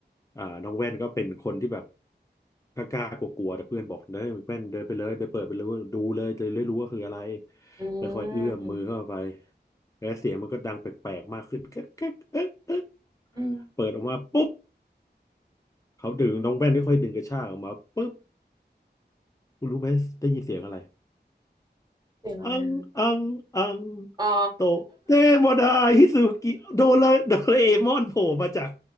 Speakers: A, on the left; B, on the right.
A: อ่าน้องแว่นก็เป็นคนที่แบบกล้ากลัวๆแต่เพื่อนบอกเด้ยแว่นเดินไปเลยไปเปิดไปเลยดูเลยจะได้รู้ว่าคืออะไร
B: อื
A: ค่อยๆเอื้อมมือเข้าไป
B: ม
A: แล้วเสียงมันก็ดังแปลกๆมากขึ้นแก๊กแก๊กเอ๊ะเอ๊ะ
B: อืม
A: เปิดออกมาปุ๊บเขาดึงน้องแว่นค่อยๆดึงกระชากออกมาปุ๊บคุณรู้ไหมได้ยินเสียงอะไร
B: เสียงอะไรอ่ะ
A: อังอังอัง
B: อ๋อ
A: โตะเตโมดาฮิซุกิโด <laughs> เลโดเรมอนโผล่มาจาก